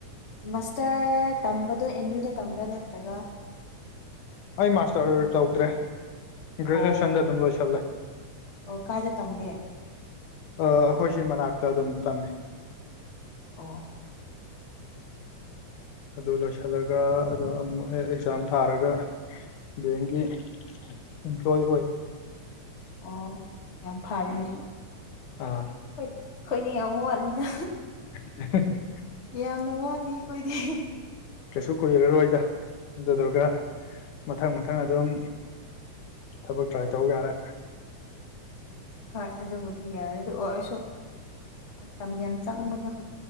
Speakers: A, on the left (about 40°); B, on the left (about 90°).
A: ꯃꯥꯁꯇꯔ ꯇꯝꯕꯗꯣ ꯑꯦꯝ ꯌꯨꯗ ꯇꯝꯕ꯭ꯔꯥ ꯅꯠꯇ꯭ꯔꯒ
B: ꯑꯩ ꯃꯥꯁꯇꯔ ꯇꯧꯗ꯭ꯔꯦ
A: ꯑꯣ
B: ꯒ꯭ꯔꯦꯖꯨꯑꯦꯁꯟꯗ ꯑꯗꯨꯝ ꯂꯣꯏꯁꯜꯂꯦ
A: ꯑꯣ ꯀꯥꯏꯗ ꯇꯝꯒꯦ
B: ꯑ ꯑꯩꯈꯣꯏ ꯁꯤ ꯃꯅꯥꯛꯇ ꯑꯗꯨꯝ ꯇꯝꯃꯦ
A: ꯑꯣ
B: ꯑꯗꯨ ꯂꯣꯏꯁꯜꯂꯒ ꯑꯗ ꯑꯃꯨꯛ ꯍꯦꯛ ꯑꯦꯛꯖꯥꯝ ꯊꯥꯔꯒ ꯕꯦꯡꯒꯤ ꯏꯝꯄꯂ꯭ꯣꯏ ꯑꯣꯏ
A: ꯑꯣ ꯌꯥꯝ ꯐꯥꯔꯦꯅꯦ
B: ꯑꯥ
A: <unintelligible> ꯈꯣꯏꯅꯤ ꯌꯥꯝ ꯋꯥꯠꯂꯤꯗ
B: <unintelligible>
A: ꯌꯥꯝꯅ ꯋꯥꯠꯂꯤ ꯈꯣꯏꯗꯤ
B: ꯀꯩꯁꯨ ꯀꯨꯏꯔꯔꯣꯏꯗ ꯑꯗꯨꯗꯨꯒ ꯃꯊꯪ ꯃꯊꯪ ꯑꯗꯨꯝ ꯊꯕꯛ ꯇ꯭ꯔꯥꯏ ꯇꯧ ꯌꯥꯔꯦ
A: ꯍꯣꯏ ꯑꯗꯨꯕꯨꯗꯤ ꯌꯥꯔꯒ ꯑꯣ ꯑꯩꯁꯨ ꯃꯇꯝ ꯌꯥꯝ ꯆꯪꯕꯗꯣ